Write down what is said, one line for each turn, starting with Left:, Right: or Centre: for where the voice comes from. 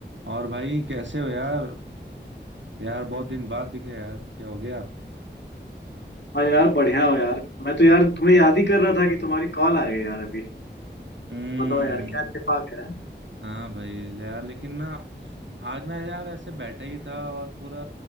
Right: और भाई कैसे हो यार यार बहुत दिन बाद दिखे यार क्या हो गया
Left: हाँ यार बढ़िया हो यार मैं तो यार तुम्हें याद ही कर रहा था कि तुम्हारी कॉल आ गई यार अभी
Right: हम्म
Left: बताओ यार क्या छिपा गया है?
Right: हाँ भाई यार लेकिन ना आज मैं यार ऐसे बैठा ही था और पूरा